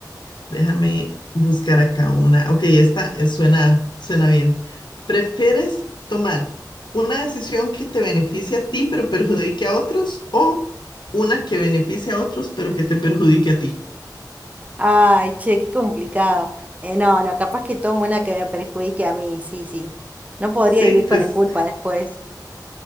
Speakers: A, on the left (about 85°); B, on the right (about 20°).
A: Déjame buscar acá una. Ok, esta eh, suena, suena bien. ¿Prefieres tomar una decisión que te beneficie a ti pero perjudique a otros o una que beneficie a otros pero que te perjudique a ti?
B: Ay, che, qué complicado. Eh, no, no, capaz que tomo una que me perjudique a mí, sí, sí. No podría
A: Sí,
B: vivir
A: pues
B: con la culpa después.